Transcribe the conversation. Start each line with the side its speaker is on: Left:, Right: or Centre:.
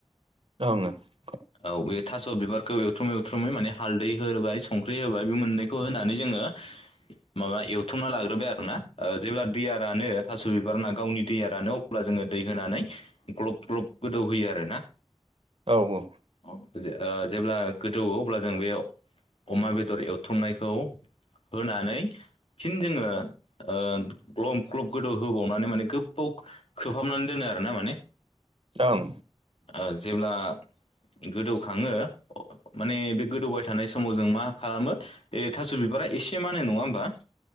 Right: <unintelligible>
Left: औ बे थास' बिबारखौ एवथ्रुमै एवथ्रुमै माने हालदै होबाय संख्रि होबाय बे मोननैखौ खो होनानै जोङो माबा एवथुमना लाग्रोबाय आरो ना जेब्ला दैया रानो। थास' बिबारा गावनि दैया रानो अब्ला जोङो दै होनानै ग्लब ग्लब गोदौ होयो आरोना।
Right: औ औ
Left: ओ जेब्ला गोदौवो अब्ला जों बे अमा बेदर एवथुमनायखौ होनानै फिन जोङो ओ ग्लब ग्लब गोदौ होबावनानै माने गोबाव खोबहाबनानै दोनो आरो ना माने
Right: ओं
Left: ओ जेब्ला गोदौखाङो माने बे गोदौबाय थानाय समाव जों मा ओ मा? ए थास' बिबारा एसे मानो नङा होमबा।